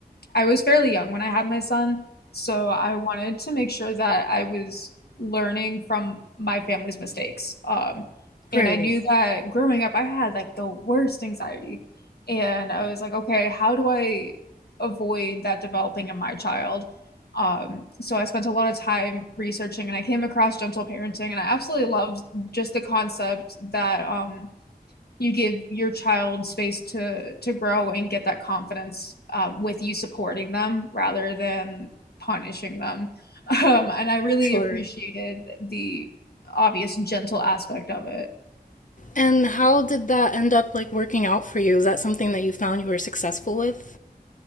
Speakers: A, on the left; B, on the left.
A: I was fairly young when I had my son, so I wanted to make sure that I was learning from my family's mistakes. Um, and
B: Right,
A: I knew that growing up, I had like the worst anxiety. And I was like, okay, how do I avoid that developing in my child? Um, so I spent a lot of time researching and I came across gentle parenting and I absolutely loved just the concept that um, you give your child space to to grow and get that confidence um, with you supporting them rather than punishing them. <laughs> Um, and I really
B: for sure.
A: appreciated the obvious gentle aspect of it.
B: And how did that end up like working out for you? Is that something that you found you were successful with? Of